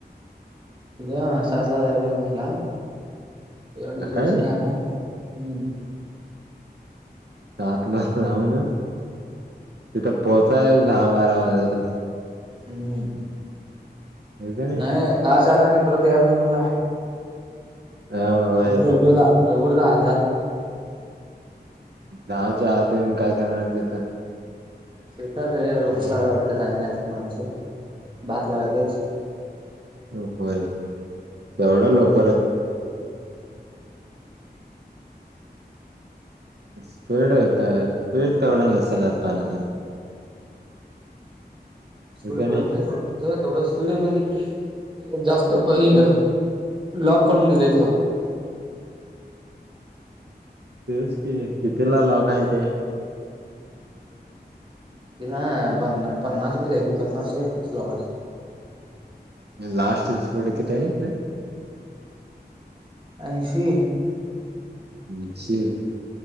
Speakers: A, on the right; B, on the right.
A: उद्या सात ला जायाला पाहिजे म्हणला डिझेलचं
B: सकाळी
A: काय हम्म
B: सात ल जाऊ ना तिथं पोहचायल दहा बारा वाजल
A: हम्म
B: होय का
A: नाही दहाच्या आत आनी परत याला काय म्हणला?
B: होय
A: म लवकर जा लवकर दहा
B: दहाच्या आहात येऊन काय करणार तिथं?
A: शेतात हे रोखच वाटत चांगले असं माणसं भात लावाय तेच
B: होय तेवढं लोक स्पीड आहे काय स्पीड तेवढा नसेल आता अजून हे
A: पुढं
B: का
A: पळतय
B: नाही.
A: जा तेवढं स्टिंड म्हणजे जास्त हे
B: ह.
A: करत लॉक करून दिलेय तुला
B: तेच की किती ला लॉक आहे ते?
A: तिला पन्ना पन्नास बी जायत नाही पन्नास त <unintelligible> लॉ
B: लास्ट <unintelligible> दिड कि आहे
A: ऐंशी
B: ऐंशी